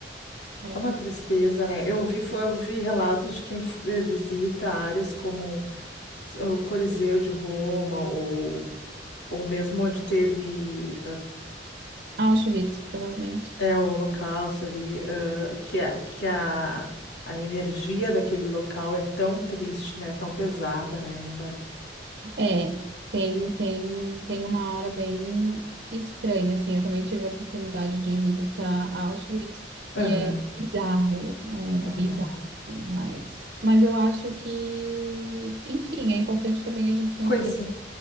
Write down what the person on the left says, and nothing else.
é uma tristeza, né? Eu vi, eu vi relatos de quem f- eh, visita áreas como eh, o Coliseu de Roma ou, ou mesmo onde teve.
É o holocausto ali, ãh, que, a, que a, a energia daquele local é tão triste, né? Tão pesada, né, Bárbara?
Aham,
aham.
Conheci.